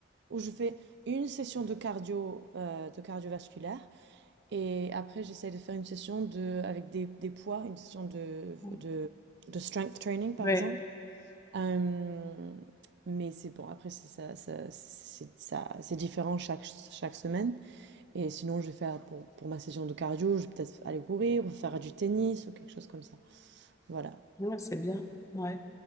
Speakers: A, on the right; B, on the left.
A: où je fais une session de cardio, euh, de cardiovasculaire, et après j'essaie de faire une session de, avec des, des poids, une session de,
B: Oui.
A: de, de strength training par
B: Ouais,
A: exemple. Euh, mais c'est bon, après c'est ça, ça- c'est ça- c'est différent chaque, chaque semaine. Et sinon, je vais faire pour, pour ma session de cardio, je vais peut-être aller courir ou faire du tennis ou quelque chose comme ça. Voilà.
B: Ouais, c'est bien. Ouais.